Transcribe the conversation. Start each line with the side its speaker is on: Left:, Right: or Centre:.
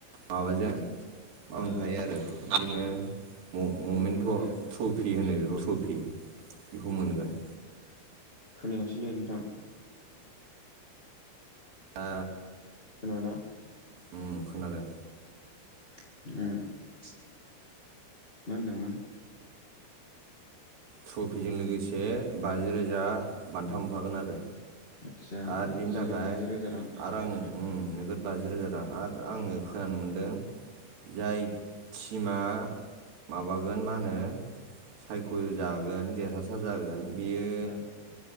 Right: माबाजों मा मोनफायो
Left: ओ
Right: आरो बिदिनो म-ममेन्ट
Left: मा होनो
Right: ट्रफि होनो बेखौ ट्रफि, बेखौ मोनगोन।
Left: खोनायासैलै नोंथां
Right: ओ
Left: खोनाबायना
Right: उम खोनादों
Left: <inaudible> मा होनदोंमोन
Right: ट्रफिजों लोगोसे बाजि रोजा बान्था मोनफागोन आरो
Left: आदसा
Right: आरो बिनि
Left: नोगोद
Right: थाखाय
Left: बाजि रोजा रां
Right: आराम <inaudible> नगद बाजि रोजा रां आरो आंङो खोनानो मोनदों जाय टिमा माबागोन मा होनो सायख जागोन देरहासार जागोन। बियो
Left: ओ